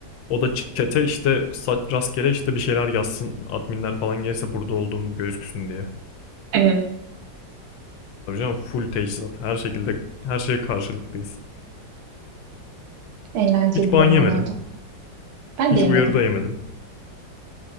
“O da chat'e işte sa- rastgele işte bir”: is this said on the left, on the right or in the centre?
Left